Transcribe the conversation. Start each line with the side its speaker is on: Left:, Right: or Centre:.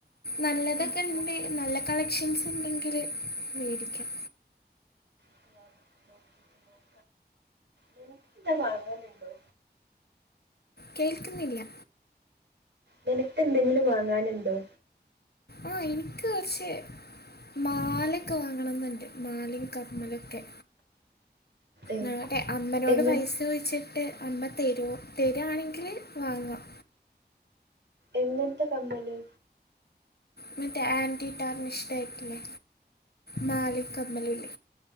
Left: നല്ലതൊക്കെണ്ട്
Right: ഉം, നോക്കാം
Left: നല്ല കളക്ഷൻസ് ഉണ്ടെങ്കില് വേടിക്കാം
Right: <unintelligible> നിനക്ക് എന്താ വാങ്ങാന്ണ്ടോ
Left: കേൾക്ക്ന്നില്ല
Right: നിനക്കെന്തെങ്കിലും വാങ്ങാന്ണ്ടോ?
Left: ആ എനിക്ക് കുറച്ച്േ മാലൊക്കെ വാങ്ങണം എന്നുണ്ട് മാലയും കർമ്മലൊക്കെ
Right: ഉം,
Left: ങ്ങോട്ടെ അമ്മനോട്
Right: എങ്ങ
Left: പൈസ ചഴിച്ചിട്ട് അമ്മ തരുമോ തരുയാണെങ്കിൽ വാങ്ങാം
Right: എങ്ങനത്തെ കമ്മല്
Left: മറ്റേ ആൻറ്റിറ്റാർനിസ്റ്റ് എട്ടില്ലേ മല്ി കമൽി